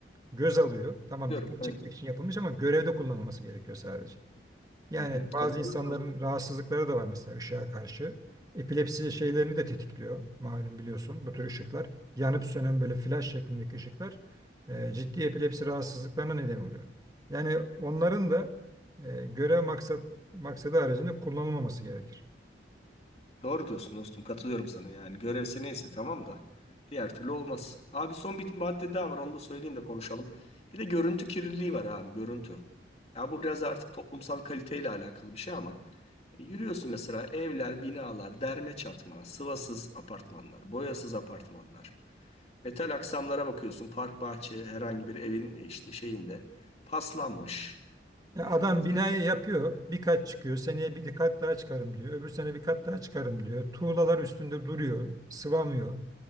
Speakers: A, on the right (about 20°); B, on the left (about 35°).
A: Göz alıyor. Tamam
B: Diyorum,
A: dikkat
B: Evet.
A: çekmek için yapılmış ama görevde kullanılması gerekiyor sadece. Yani
B: Hı hı.
A: bazı
B: Katılıyorum.
A: insanların rahatsızlıkları da var mesela ışığa karşı. Epilepsi şeylerini de tetikliyor malum biliyorsun bu tür ışıklar. Yanıp sönen böyle flash şeklindeki ışıklar e, ciddi epilepsi rahatsızlıklarına neden oluyor. Yani onların da e, görev maksat maksadı haricinde kullanılmaması gerekir.
B: Doğru diyorsun dostum katılıyorum sana yani görevse neyse tamam da diğer türlü olmaz. Abi son bir madde daha var onu da söyleyeyim de konuşalım. Bir de görüntü kirliliği var abi görüntü. Ya bu biraz artık toplumsal kaliteyle alakalı bir şey ama e, yürüyorsun mesela evler, binalar, derme çatma, sıvasız apartmanlar, boyasız apartmanlar. Metal aksamlara bakıyorsun park bahçe herhangi bir evin e, işte şeyinde paslanmış.
A: Ya
B: E,
A: adam binayı
B: e,
A: yapıyor, bir kat çıkıyor, seneye bir kat daha çıkarım diyor, öbür sene bir kat daha çıkarım diyor. Tuğlalar üstünde duruyor, sıvamıyor.